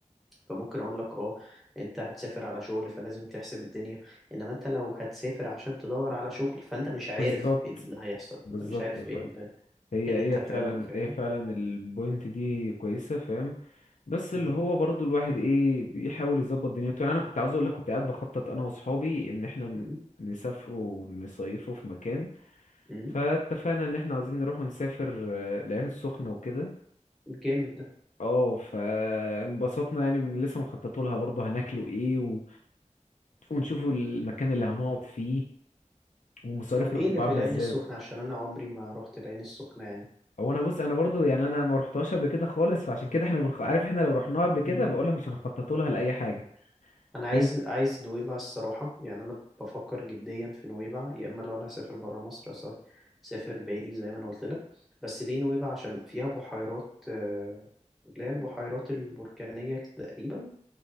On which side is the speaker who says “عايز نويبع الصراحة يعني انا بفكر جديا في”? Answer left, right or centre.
Centre